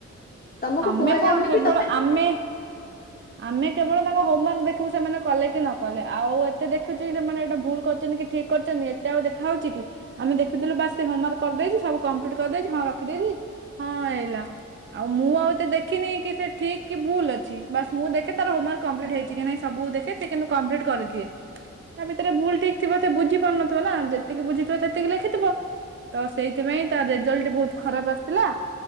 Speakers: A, on the left (about 30°); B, on the right (about 40°).
A: ତମକୁ
B: ଆମେ
A: କୁହାଯାଉନି
B: କଣ କେବଳ
A: କି ତମେ
B: ଆମେ। ଆମେ କେବଳ ତାଙ୍କ ହୋମ ୱାର୍କ ଦେଖିବୁ ସେମାନେ କଲେ କି ନ କଲେ ଆଉ ଏତେ ଦେଖୁଛୁ ସେମାନେ ଏଇଟା ଭୁଲ କରିଛନ୍ତି କି ଠିକ। ଠିକ କରିଛନ୍ତି ଏତେ ଆଉ ଦେଖାହଉଛି କି। ଆମେ ଦେଖିଥିଲୁ ବାସ ସେ ହୋମ ୱାର୍କ କରିଦେଇଛି ସବୁ କମ୍ପ୍ଲିଟ କରିଦେଇଛି ହଁ ରଖିଦେଇଛି ହଁ ହେଲା। ଆଉ ମୁଁ ଆଉ ଏତେ ଦେଖିନି କି ସେ ଠିକ କି ଭୁଲ ଅଛି ବାସ। ମୁଁ ଦେଖେ ତାର ହୋମୱାର୍କ କମ୍ପ୍ଲିଟ ହେଇଛି କି ନାଇଁ ସବୁ ଦେଖ ସେ କିନ୍ତୁ କମ୍ପ୍ଲିଟ କରିଦିଏ। ତା ଭିତରେ ଭୁଲ ଠିକ ଥିବ ସେ ବୁଝି ପାରୁନଥିବ ନା ଯେତିକି ବୁଝିଥିବ ସେତିକି ଲେଖିଥିବ। ତ ସେଇଥିପାଇଁ ତାର ରେଜଲ୍ଟ ବହୁତ ଖରାପ ଆସିଥିଲା।